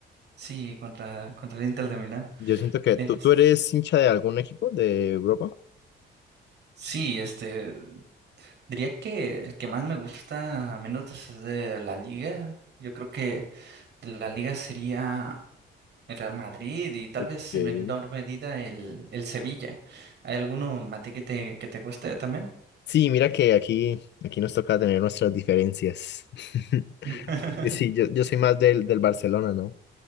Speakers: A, on the right; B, on the left.
A: Sí, contra, contra el Inter de Milán.
B: Yo siento que
A: Es-
B: tú, tú eres hincha de algún equipo de Europa.
A: sí, este, diría que el que más me gusta, a menos es de la Liga. Yo creo que de la Liga sería el Real Madrid y tal
B: Ok.
A: vez en menor medida el, el Sevilla. ¿Hay alguno, Mati, que te, que te guste también?
B: Sí, mira que aquí, aquí nos toca tener nuestras diferencias. <laughs>
A: <laughs>
B: Sí, yo, yo soy más del, del Barcelona, ¿no?